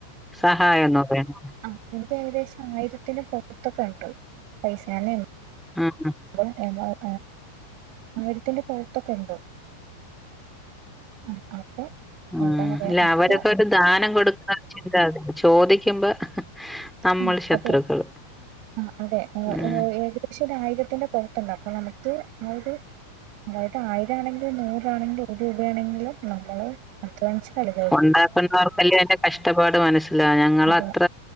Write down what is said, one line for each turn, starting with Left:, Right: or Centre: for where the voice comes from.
Centre: സഹായംന്ന് പറയന്നത്
Right: ആ ഇൻക്ക് ഏകദേശം ആയിരത്തിന്റെ പുറത്തൊക്കെ ഇണ്ട് പൈസ ഞാൻ
Centre: ആഹ്
Right: അ <unintelligible> ആയിരത്തിന്റെ പുറത്തൊക്കെ ഉണ്ട് ഉംഹ് അപ്പൊ
Centre: ആഹ്
Right: എന്താ പറയാ
Centre: ഇല്ല
Right: അപ്പൊ
Centre: അവരൊക്കെ ഒരു ദാനം കൊടുക്കുന്ന ചിന്ത അത് ചോദിക്കുമ്പോ. നമ്മൾ
Right: ആഹ്
Centre: ശത്രുക്കള്
Right: അതെ ആഹ് അതെ ഏ
Centre: ഉം
Right: ഏ ഏത് പക്ഷെ ഒരു ആയിരത്തിന്റെ പൊറത്തുണ്ട് അപ്പൊ നമുക്ക് ആ ഒരു. അതായത് ആയിരം ആണെങ്കിലും നൂറാണെങ്കിലും ഒരു രൂപയാണെങ്കിലും നമ്മള്. അധ്വാനിച്ചതല്ലെ.
Centre: ഉണ്ടാക്കുന്നവർക്കല്ലേ അതിന്റെ കഷ്ടപ്പാട് മനസ്സിലാവു ഞങ്ങളത്ര.
Right: അതെ